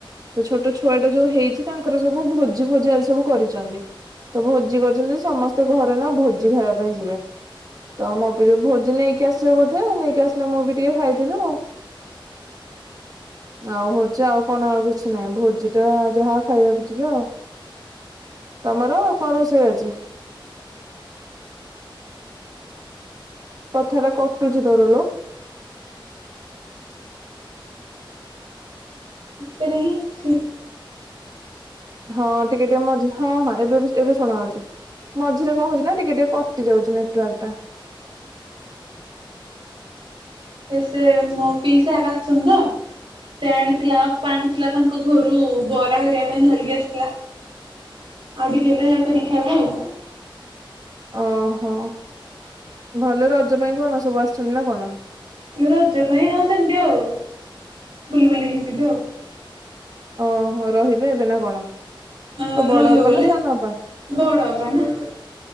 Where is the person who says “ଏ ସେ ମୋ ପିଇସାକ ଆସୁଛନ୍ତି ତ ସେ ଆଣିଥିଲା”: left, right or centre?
Right